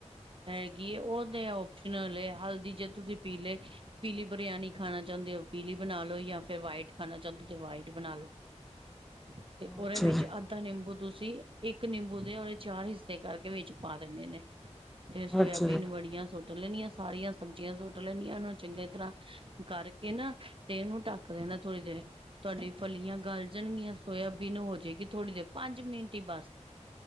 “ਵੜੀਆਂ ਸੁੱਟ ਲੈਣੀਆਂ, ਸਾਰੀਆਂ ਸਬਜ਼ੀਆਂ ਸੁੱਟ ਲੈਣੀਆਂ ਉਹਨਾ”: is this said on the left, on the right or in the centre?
Right